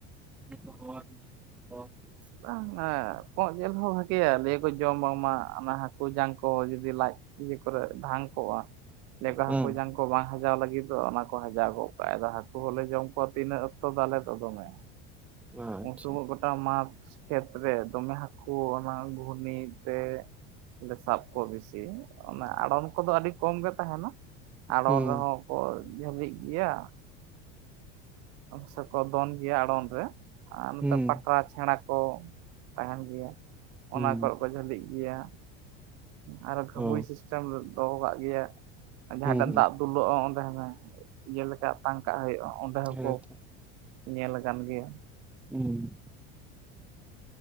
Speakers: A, in the centre; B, on the right (about 60°).
A: <unintelligible>
B: <unintelligible> ᱠᱚᱸᱜ ᱡᱮᱞ ᱦᱚᱸ ᱵᱷᱟᱜᱮᱭᱟ᱾ ᱞᱟᱹᱭᱟᱠᱚ ᱡᱚᱢ ᱵᱟᱝᱢᱟ ᱚᱱᱟ ᱦᱟᱜ ᱦᱟᱹᱠᱩ ᱡᱟᱝ ᱠᱚ ᱡᱩᱫᱤ ᱞᱟᱡ ᱤᱭᱟᱹ ᱠᱚᱨᱮ ᱰᱷᱟᱝ ᱠᱚᱜᱼᱟ᱾ ᱞᱟᱹᱭᱟᱠᱚ ᱦᱟᱹᱠᱩ
A: ᱦᱩᱸ
B: ᱡᱟᱝ ᱠᱚ ᱵᱟᱝ ᱦᱟᱡᱟᱣ ᱞᱟᱹᱜᱤᱫ ᱫᱚ ᱚᱱᱟ ᱠᱚ ᱦᱟᱡᱟᱣ ᱜᱚᱜ ᱠᱟᱜᱟᱭ ᱟᱫᱚ ᱦᱟᱹᱠᱩ ᱦᱚᱞᱮ ᱡᱚᱢ ᱠᱚᱣᱟ ᱛᱤᱱᱟᱹᱜ ᱛᱚ ᱛᱟᱦᱚᱞᱮ ᱫᱚ ᱫᱚᱢᱮ
A: ᱟᱪᱪᱷᱟ
B: ᱩᱱ ᱥᱩᱢᱩᱜ ᱜᱚᱴᱟ ᱢᱟᱴ ᱠᱷᱮᱛᱨᱮ ᱫᱚᱢᱮ ᱦᱟᱹᱠᱩ ᱚᱱᱟ ᱜᱷᱩᱱᱤ ᱛᱮ ᱞᱮ ᱥᱟᱵ ᱠᱚᱣᱟ ᱵᱮᱥᱤ ᱚᱱᱟ ᱟᱲᱚᱱ ᱠᱚᱫᱚ ᱟᱹᱰᱤ ᱠᱚᱢ ᱜᱮ ᱛᱟᱦᱮᱸᱱᱟ ᱟᱲᱚᱢ
A: ᱦᱩᱸ
B: ᱨᱮᱦᱚᱸ ᱠᱚ ᱡᱷᱟᱹᱞᱤᱜ ᱜᱮᱭᱟ ᱥᱮᱠᱚ ᱫᱚᱱ ᱜᱮᱭᱟ ᱟᱲᱚᱱ ᱨᱮ ᱟᱨ ᱱᱚᱛᱮ
A: ᱦᱩᱸ
B: ᱯᱟᱴᱲᱟ ᱪᱷᱮᱲᱟ ᱠᱚ ᱛᱟᱦᱮᱸᱱ ᱜᱮᱭᱟ
A: ᱦᱩᱸ
B: ᱚᱱᱟ ᱠᱚᱨᱮ ᱠᱚ ᱡᱷᱟᱹᱞᱤᱜ ᱜᱮᱭᱟ ᱟᱨᱚ ᱜᱷᱟᱵᱩᱭ
A: ᱚ
B: ᱥᱤᱥᱴᱮᱢ ᱫᱚᱦᱚ ᱠᱟᱜ ᱜᱮᱭᱟ ᱡᱟᱦᱟᱸᱴᱮᱱ
A: ᱦᱩᱸ ᱦᱩᱸ
B: ᱫᱟᱜ ᱛᱩᱞᱟᱹᱜᱼᱟ ᱚᱸᱰᱮ ᱦᱚᱸ ᱤᱭᱟᱹ ᱞᱮᱠᱟ ᱟᱛᱟᱝ ᱠᱟᱜ ᱦᱩᱭᱩᱜᱼᱟ ᱚᱸᱰᱮ ᱦᱚᱸᱠᱚ
A: ᱦᱮᱸ ᱛᱚ
B: ᱧᱮᱞ ᱟᱠᱟᱱ ᱜᱮᱭᱟ᱾
A: ᱦᱩᱸ